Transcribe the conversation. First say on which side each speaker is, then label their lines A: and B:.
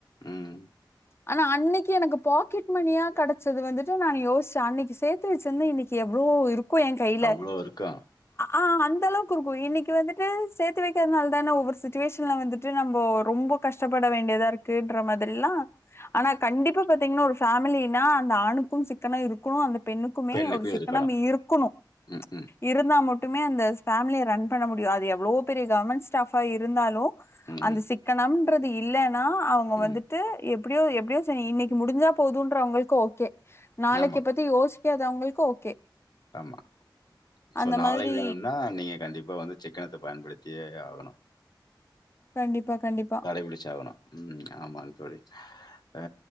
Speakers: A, on the left; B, on the left.
A: ம்.
B: ஆனா அன்னைக்கு எனக்கு பாக்கெட் மணியா கெடச்சது வந்துட்டு நான் யோச்சே அன்னைக்கு சேத்து வெச்சிருந்தா இன்னைக்கு எவ்ளோ இரு க்கோ எ கையில
A: அவ்ளோ இருக்கா
B: ஆ அந்த அளவுக்கு இருக்கு இன்னைக்கு வந்துட்டு சேத்து வைக்கிறதுனால தானே ஒவ்வொரு சுட்டுவேஷன்ல வந்து ட்டு நம்பொ ரொம்ப கஷ்டப்பட வேண்டியதா இருக்குன்ற மாதிரிலா ஆனா கண்டிப்பா பாத்தீங்கன்னா ஒரு ஃபேமிலினா அந்த ஆணுக்கும் சிக்கன இருக்கு அந்த பெண்ணுக்குமே
A: பெண்ணுக்கும்
B: ஒரு சிக்கனம்
A: இருக்கணும்.
B: இருக்குனு
A: ம் ம்.
B: இருந்தா மட்டுமே அந்த ஃபேமிலிய ரன் பண்ண முடியு. அது எவ்ளோ பெரிய கவர்மெண்ட் ஸ்டாஃபா இருந்தாலு
A: ம்,
B: அந்த சிக்கனம்ன்றது இல்லைன்னா அவங்க வந்து.
A: ம்.
B: ட்டு எப்டியோ எப்டியோ சேரி இன்னைக்கு முடிஞ்சா போதுன்றவங்களுக்கு ஓகே நாளைக்க
A: ஆமா,
B: பத் தி யோசிக்காதவங்களுக்கு ஓகே.
A: ஆமா ஸோ
B: அந்த
A: நாளை
B: மாதிரி
A: வேணும்னா நீங்க கண்டிப்பா வந்து சிக்கனத்த பயன்படுத்தியே ஆகனு
B: கண்டிப்பா கண்டிப்பா.
A: கை புடிச்சாவனு ம் ஆமா தோழி. ஆ